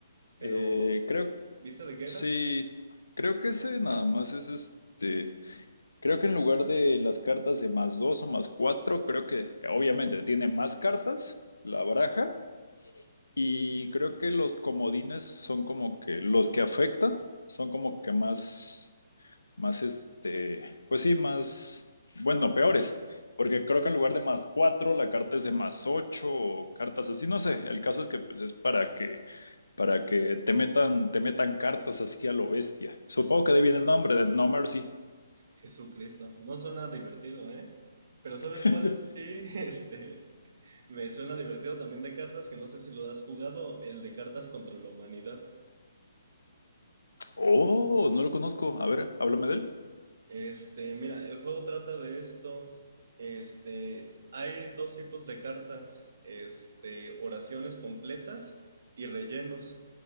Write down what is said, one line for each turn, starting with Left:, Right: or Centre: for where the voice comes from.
Right: pero
Left: Eh, creo,
Right: ¿viste de qué
Left: sí,
Right: era?
Left: creo que ese nada más es este. Creo que en lugar de las cartas de más dos o más cuatro, creo que obviamente tiene más cartas la baraja y creo que los comodines son como que los que afectan, son como que más, más este, pues sí, más, bueno, peores, porque creo que en lugar de más cuatro, la carta es de más ocho o cartas así, no sé, el caso es que pues es para que, para que te metan, te metan cartas así a lo bestia. Supongo que de ahí viene el nombre de No Mercy.
Right: Jesucristo. No suena divertido, ¿eh? Pero ¿sabes
Left: <laughs>
Right: cuál? Sí, <laughs> este, me suena divertido también de cartas, que no sé si lo has jugado, el de cartas contra la humanidad.
Left: Oh, no lo conozco. A ver, háblame de él.
Right: Este, mira, el juego trata de esto. Este, hay dos tipos de cartas. Este, oraciones completas y rellenos.